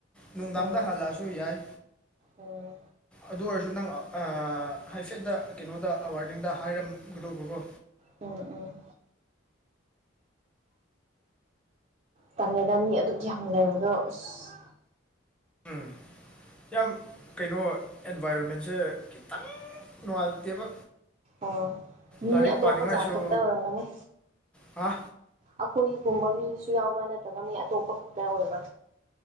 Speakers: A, in the centre; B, on the right.
A: ꯅꯨꯡꯗꯥꯡꯗ
B: ꯎꯝ
A: ꯍꯜꯂꯛꯑꯁꯨ ꯌꯥꯏ
B: ꯎꯝ
A: ꯑꯗꯨ ꯑꯣꯏ ꯑꯗꯨ ꯅꯪ ꯍꯥꯏꯐꯦꯠꯇ ꯀꯩꯅꯣꯗ ꯋꯥꯔꯗꯦꯟꯗ ꯍꯥꯏꯔꯝꯒꯗꯧꯕꯀꯣ
B: ꯎꯝ ꯎꯝ ꯇꯜ ꯂꯦꯗ ꯃꯤ ꯑꯗꯨꯛ ꯌꯥꯝ ꯂꯩꯕꯗꯣ ꯑꯁ
A: ꯎꯝ ꯌꯥꯝ ꯀꯩꯅꯣ ꯑꯦꯟꯚꯥꯏꯔꯣꯟꯃꯦꯟꯁꯦ ꯈꯤꯇꯪ ꯅꯨꯡꯉꯥꯏꯇꯦꯕ
B: ꯑꯣ ꯃꯤ
A: ꯂꯥꯏꯔꯤꯛ
B: ꯑꯇꯣꯞꯄ
A: ꯄꯥꯅꯤꯡꯉꯥꯏꯁꯨ
B: ꯖꯥꯠ ꯈꯛꯇ ꯑꯣꯏꯔꯝꯒꯅꯤ
A: ꯍꯥ
B: ꯑꯩꯈꯣꯏ ꯒꯨꯝꯕ ꯃꯤꯁꯨ ꯌꯥꯎꯕ꯭ꯔ ꯅꯠꯇ꯭ꯔꯒ ꯃꯤ ꯑꯇꯣꯞꯄ ꯈꯛꯇ ꯑꯣꯏꯕ